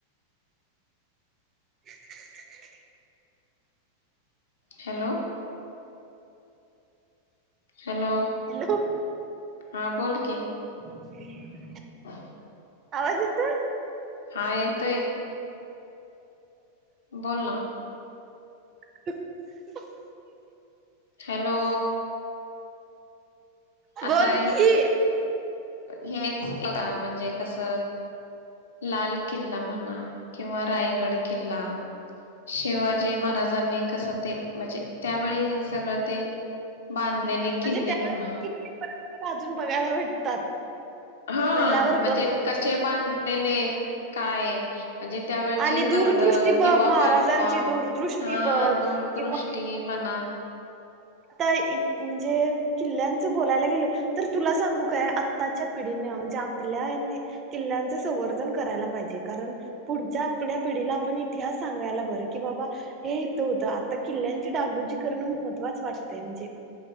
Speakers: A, on the right; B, on the left.
A: <inaudible>
B: हॅलो हॅलो
A: हॅलो
B: हा बोल की,
A: <inaudible>
B: <inaudible>
A: आवाज येतोय
B: हा येतोय बोल ना
A: <inaudible>
B: हॅलो
A: बोल
B: आता
A: कि,
B: हेच म्हणजे कस लाल किल्ला म्हणा किंवा रायगड किल्ला शिवाजी महाराजांनी कसं ते म्हणजे त्यावेळी सगळं ते बांधलेले
A: म्हणजे
B: किल्ले
A: त्यावेळेस
B: म्हणा
A: किती परत अजून बघायला भेटतात
B: हा
A: म्हणल्यावर
B: म्हणजे
A: बघ
B: कसे बांध लेले काय? म्हणजे त्यावेळची
A: आणि दूरदृष्टी
B: दगडं
A: बघ
B: किंवा
A: महाराजांची
B: बांधकाम
A: दूरदृष्टी
B: हा
A: बघ
B: दूरदृष्टी
A: किंवा
B: म्हणा
A: आता म्हणजे किल्ल्यांचं बोलायला गेलं तर तुला सांगू काय आत्ताच्या पिढीने म्हणजे आपल्याने किल्ल्यांचं संवर्धन करायला पाहिजे कारण पुढच्या आपल्या पिढीला आपण इतिहास सांगायला बरं की बाबा हे इथं होतं आता किल्ल्यांची डागडुजी करणं महत्त्वाच वाटतं. ते म्हणजे